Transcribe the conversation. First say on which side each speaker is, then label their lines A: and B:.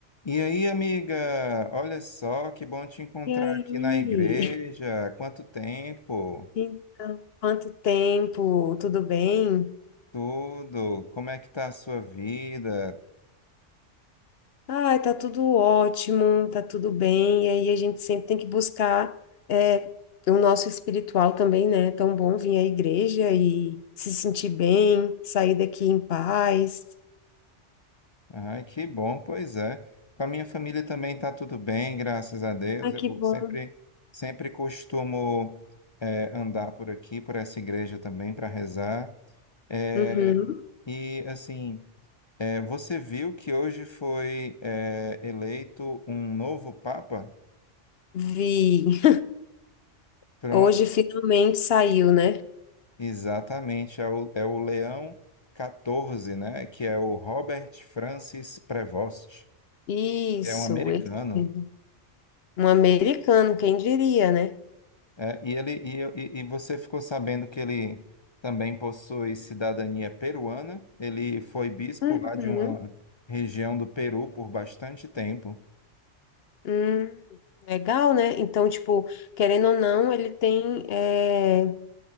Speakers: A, on the left (about 45°); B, on the left (about 60°).
A: E aí, amiga, olha só, que bom te encontrar
B: E aí?
A: aqui na igreja.
B: <laughs>
A: Quanto tempo?
B: Então, quanto tempo? Tudo bem?
A: Tudo? Como é que tá a sua vida?
B: Ai, tá tudo ótimo, tá tudo bem. E aí a gente sempre tem que buscar é, o nosso espiritual também, né? É tão bom vir à igreja e se sentir bem, sair daqui em paz.
A: Ai, que bom, pois é. Com a minha família também tá tudo bem, graças a Deus.
B: Ai,
A: Eu
B: que bom.
A: sempre, sempre costumo eh, andar por aqui, por essa igreja também, para rezar. Eh,
B: Uhum.
A: e assim, eh, você viu que hoje foi eh, eleito um novo Papa?
B: Vi. <laughs>
A: Pronto.
B: Hoje finalmente saiu, né?
A: Exatamente, é o, é o Leão 14, né? Que é o Robert Francis Prevost,
B: Isso,
A: que é um americano.
B: ele mesmo. Um americano, quem diria, né?
A: É, e ele e, e e você ficou sabendo que ele também possui cidadania peruana. Ele foi bispo
B: Uhum.
A: lá de uma região do Peru por bastante tempo.
B: Hum, legal, né? Então, tipo, querendo ou não, ele tem é,